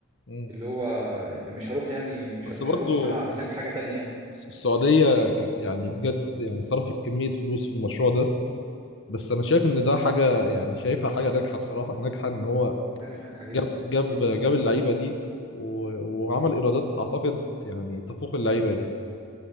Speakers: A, on the left; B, on the right.
A: مم.
B: اللي هو مش هروح يعني مش
A: بس
B: ه- مش
A: برضو
B: هروح هلعب هناك حاجة تانية يعني
A: الس- السعودية كانت يعني بجد يعني صرفت كمية فلوس في المشروع ده بس أنا شايف إن ده حاجة يعني شايفها حاجة ناجحة بصراحة ناجحة إن هو
B: حاجة هناك حاجة جدا
A: جاب جاب
B: جدا
A: جاب اللعيبة دي و... وعمل إيرادات أعتقد يعني تفوق اللعيبة دي